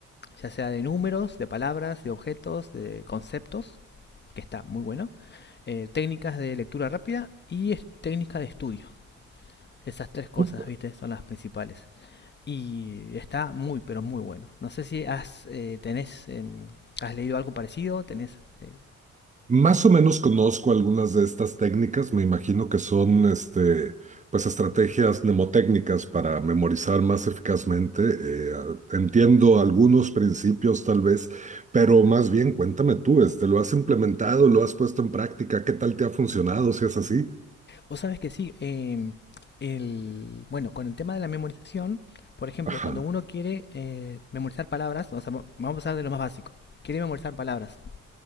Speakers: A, on the left (about 35°); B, on the right (about 25°).
A: ya sea de números, de palabras, de objetos, de conceptos, que está muy bueno, eh, técnicas de lectura rápida y técnicas de estudio. Esas tres cosas,
B: Súper.
A: viste, son las principales. Y está muy, pero muy bueno. No sé si has, eh, tenés, eh, has leído algo parecido, tenés... Eh.
B: Más o menos conozco algunas de estas técnicas. Me imagino que son, este, pues, estrategias mnemotécnicas para memorizar más eficazmente. Eh, ah, entiendo algunos principios, tal vez, pero más bien cuéntame tú, este, ¿lo has implementado? ¿Lo has puesto en práctica? ¿Qué tal te ha funcionado si es así?
A: Vos sabés que sí, eh, el, bueno, con el tema de la memorización, por ejemplo,
B: Ajá,
A: cuando uno quiere eh, memorizar palabras, o sea, vamos a hablar de lo más básico, quiere memorizar palabras.